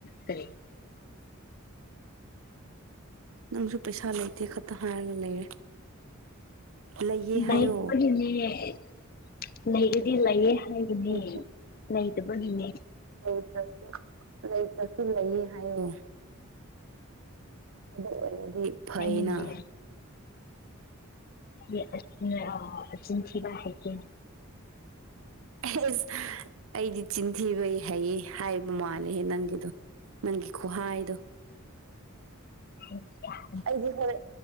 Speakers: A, on the left; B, on the right.
A: ꯇꯔꯦ
B: ꯅꯪꯁꯨ ꯄꯩꯁꯥ ꯂꯩꯇꯦ ꯈꯠꯇ ꯍꯥꯏꯔꯒ ꯂꯩꯔꯦ ꯂꯩꯌꯦ
A: <unintelligible>
B: ꯍꯥꯏꯌꯣ
A: ꯂꯩꯔꯗꯤ ꯂꯩꯌꯦ ꯍꯥꯏꯒꯅꯦ
B: ꯂꯩꯇ꯭ꯔ
A: ꯂꯩꯗꯕꯒꯤꯅꯦ
B: ꯂꯩꯇ꯭ꯔꯁꯨ ꯂꯩꯇ꯭ꯔꯁꯨ ꯂꯩꯌꯦ ꯍꯥꯏꯌꯣ ꯑꯗꯨ ꯑꯣꯏꯔꯗꯤ ꯐꯩꯅ
A: ꯍꯥꯏꯅꯤꯡꯉꯦ ꯌꯦꯗꯂꯁꯨꯅꯦ ꯀꯤꯟꯊꯤꯕ ꯍꯩꯇꯦ
B: ꯑꯦꯁ ꯑꯩꯗꯤ ꯆꯤꯟꯊꯤꯕꯩ ꯍꯩꯌꯦ ꯍꯥꯏꯕ ꯃꯥꯜꯂꯦꯍꯦ ꯅꯪꯒꯤꯗꯣ ꯅꯪꯒꯤ ꯈꯨꯣꯍꯥꯏꯗꯣ
A: <unintelligible>
B: ꯑꯩꯗꯤ ꯍꯣꯔꯦ